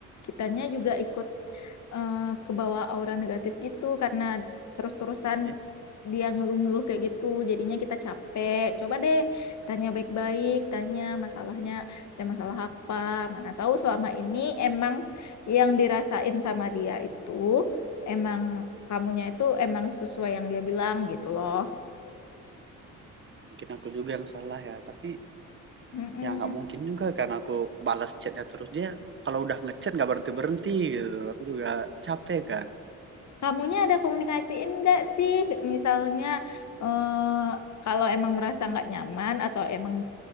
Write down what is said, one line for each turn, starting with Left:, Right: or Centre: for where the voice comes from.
Left: kitanya juga ikut eh kebawa aura negatif gitu karena terus-terusan
Right: Ih,
Left: dia ngeluh-ngeluh kayak gitu jadinya kita capek coba deh tanya baik-baik tanya masalahnya ada masalah apa mana tahu selama ini emang yang dirasain sama dia itu emang kamunya itu emang sesuai yang dia bilang gitu loh
Right: mungkin aku juga yang salah ya tapi
Left: Mm-mm.
Right: ya nggak mungkin juga karena aku balas chatnya terus dia kalau udah ngechat nggak berhenti berhenti gitu aku juga capek kan
Left: Kamunya ada komunikasiin nggak sih? Misalnya, eh, kalau emang merasa nggak nyaman atau emang